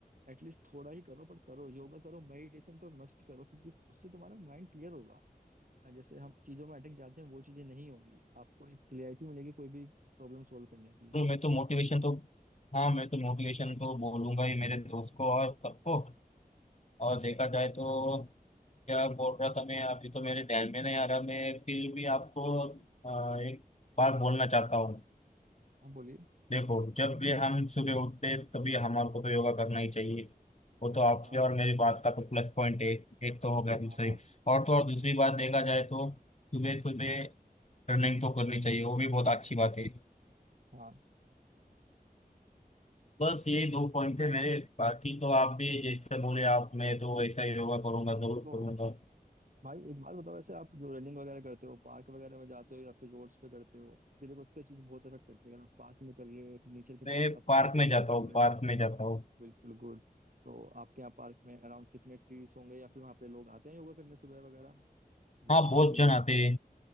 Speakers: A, on the right; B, on the left.
A: एटलीस्ट थोड़ा ही करो पर करो योगा करो मेडिटेशन तो मस्ट करो क्योंकि उससे तुम्हारा माइंड क्लियर होगा और जैसे हम चीज़ों में अटक जाते हैं वो चीज़ें नहीं होंगी आपको एक क्लियरिटी मिलेगी कोई भी प्रॉब्लम सोल्व करने की
B: तो मैं तो मोटिवेशन तो हाँ मैं तो मोटिवेशन तो बोलूंगा ही मेरे दोस्त को और सबको और देखा जाए तो क्या बोल रहा था मैं अभी तो मेरे ध्यान में नहीं आ रहा मैं फिर भी आपको अ, एक बात बोलना चाहता हूँ
A: हाँ बोलिए
B: देखो जब भी हम सुबह उठते हैं, तभी हमारे को तो योगा करना ही चाहिए वो तो आपकी
A: हाँ
B: और मेरी बात का तो प्लस पॉइंट है एक तो हो गया दूसरी
A: हाँ हाँ
B: और तो और दूसरी बात देखा जाए तो सुबह सुबह रनिंग तो करनी चाहिए वो भी बहुत अच्छी बात है
A: हाँ
B: बस यही दो पॉइंट थे मेरे बाकी तो आप भी जैसे बोले आप मैं तो ऐसा ही योगा करूंगा जरूर
A: तो
B: करूंगा
A: भाई एक बात बताओ वैसे आप जो रनिंग वगैरह करते हो पार्क वगैरह में जाते हो या फिर रोड्स पे करते हो ये देखो उसका चीज बहुत इफेक्ट करती है अगर आप पार्क में कर रहे हो फिर नेचर के
B: मैं
A: पास आप
B: पार्क
A: ये सब
B: में
A: चीजें
B: जाता
A: कर
B: हूँ
A: रहे
B: पार्क
A: हो
B: में जाता हूँ
A: बिल्कुल गुड तो आपके यहाँ पार्क में अराउंड कितने ट्रीज होंगे या फिर वहाँ पे लोग आते हैं योगा करने सुबह वगैरह जैसे
B: हाँ
A: पार्क
B: बहुत जन
A: में
B: आते हैं